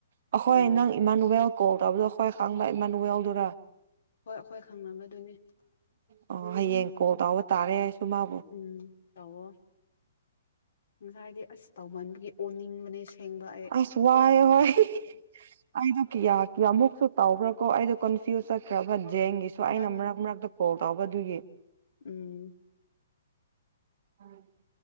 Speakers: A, on the right (about 50°); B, on the left (about 60°).
A: ꯑꯈꯣꯏ
B: ꯎꯝ
A: ꯅꯪ ꯏꯃꯅ ꯎꯕꯦ ꯀꯣꯜ ꯇꯧꯕꯗꯣ ꯍꯣꯏ ꯈꯥꯡꯕ ꯏꯃꯅꯨ ꯌꯥꯎꯗꯣꯏꯅ
B: ꯍꯣꯏ ꯑꯩꯈꯣꯏ ꯈꯪꯅꯕꯗꯨꯅꯤ
A: ꯑꯣ ꯍꯌꯦꯌꯦ ꯀꯣꯜ ꯇꯧꯕ ꯇꯥꯔꯦ ꯃꯥꯕꯨ
B: ꯎꯝ ꯇꯋꯣ ꯉꯁꯥꯏꯗꯤ ꯑꯁ ꯇꯧꯃꯟꯕꯒꯤ ꯑꯣꯅꯤꯡꯕꯅꯦ ꯁꯦꯡꯕ ꯑꯩ
A: ꯑ ꯁ ꯋꯥ ꯍꯣꯏ ꯑꯗ ꯀ ꯀꯌꯥꯃꯨꯛꯁꯨ ꯇꯥꯎꯕ꯭ꯔꯥ ꯀꯣ ꯑꯩꯗꯣ ꯀꯟꯐ꯭ꯌꯨꯁ ꯆꯠꯈ꯭ꯔꯕ ꯖꯦꯡꯒꯤꯁꯨ ꯑꯩꯅ
B: ꯅꯪ
A: ꯃꯔꯛ ꯃꯔꯛꯇ ꯀꯣꯜ ꯀꯥꯎꯕ ꯑꯗꯨꯒꯤ <unintelligible>
B: ꯎꯝ
A: ꯎ ꯎꯝ ꯎꯝ